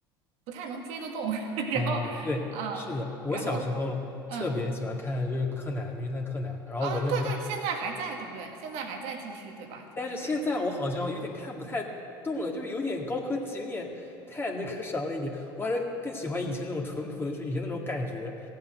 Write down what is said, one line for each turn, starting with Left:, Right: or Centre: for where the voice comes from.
Right: 不太能追得动。<laughs> 然后，
Left: 啊、对，
Right: 呃，
Left: 是的，我小时候特别喜欢看就是柯南、
Right: 然后，嗯，
Left: 名侦探柯南，然后我那时候，
Right: 啊，对对，现在还在，对不对？现在还在继续，对吧？就是，
Left: 但是现在我好像有点看不太动了，就是有点高科技，有点太那个啥了一点，我还是更喜欢以前那种淳朴的，就是以前那种感觉，